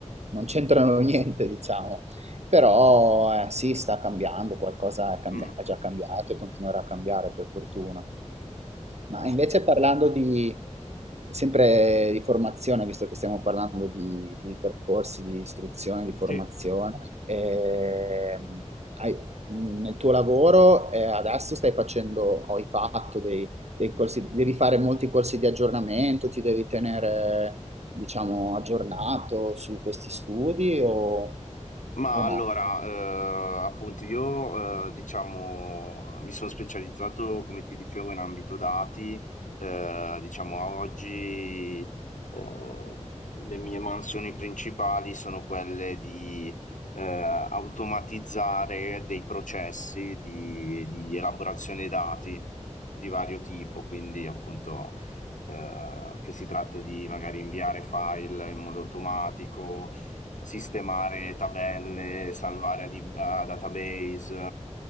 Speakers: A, on the right; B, on the left.
A: non c'entrano <laughs> niente, diciamo. Però eh, sì, sta cambiando, qualcosa è, cambia-
B: mm.
A: è già cambiato e continuerà a cambiare per fortuna. Ma invece parlando di, sempre di formazione, visto che stiamo parlando di, di percorsi di istruzione, di formazione,
B: Sì,
A: ehm, hai- nel tuo lavoro eh, adesso stai facendo, o hai fatto dei, dei corsi, devi fare molti corsi di aggiornamento, ti devi tenere, diciamo, aggiornato su questi studi o,
B: ma
A: o
B: allora,
A: no?
B: ehm, appunto io, ehm, diciamo, mi sono specializzato, come ti dicevo, in ambito dati. Ehm, diciamo a oggi, ehm, le mie mansioni principali sono quelle di, ehm, automatizzare dei processi di di elaborazione dati di vario tipo, quindi appunto eh, che si tratta di magari inviare file in modo automatico, sistemare tabelle, salvare a, di- a database.